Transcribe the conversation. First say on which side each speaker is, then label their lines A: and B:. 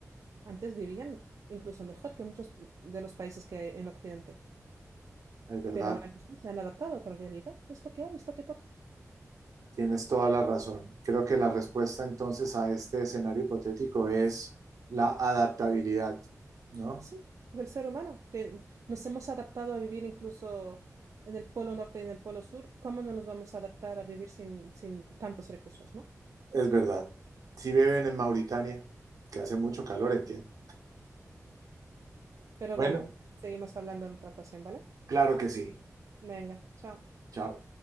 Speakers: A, on the right; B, on the right.
A: Antes vivían incluso mejor que muchos de los países que hay en Occidente.
B: es verdad,
A: Pero ahora mismo se han adaptado a otra realidad. Es lo que hay, es lo que toca.
B: tienes toda la razón. Creo que la respuesta entonces a este escenario hipotético es la adaptabilidad, ¿no?
A: Sí, del ser humano, que nos hemos adaptado a vivir incluso en el polo norte y en el polo sur. ¿Cómo no nos vamos a adaptar a vivir sin, sin tantos recursos, no?
B: Es verdad. Si viven en Mauritania, que hace mucho calor, entiendo.
A: Pero
B: Bueno,
A: bueno, seguimos hablando en otra ocasión, ¿vale?
B: claro que sí.
A: Venga, chao.
B: Chao.